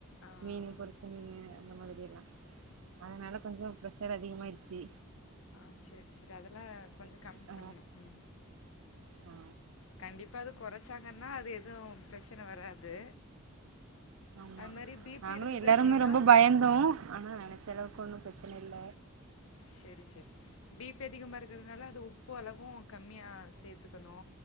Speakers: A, on the left (about 75°); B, on the right (about 75°).
A: ஆ
B: மீன் பொரிச்ச மீனு அந்த மாதிரியெல்லா அதனால கொஞ்சோ பிரசர் அதிகமாயிருச்சி
A: ஆ சரி சரி அதெல்லா கொஞ்சோ கம்மி
B: ஆ
A: பண்ணணு ம்
B: ஆ
A: கண்டிப்பா அது கொறைச்சாங்கன்னா அது எதும் பிரச்சன வராது
B: ஆமா
A: அது மாரி பி
B: நாங்களும்
A: பி இருக்குது
B: எல்லாருமே
A: அப்டின்னா
B: ரொம்ப பயந்தோ ஆனா என செலவுக்கு ஒன்னும் பிரச்சன இல்ல
A: செரி செரி பிபி அதிகமா இருக்கறதுனால அது உப்பு அளவு கம்மியா சேத்துக்கணு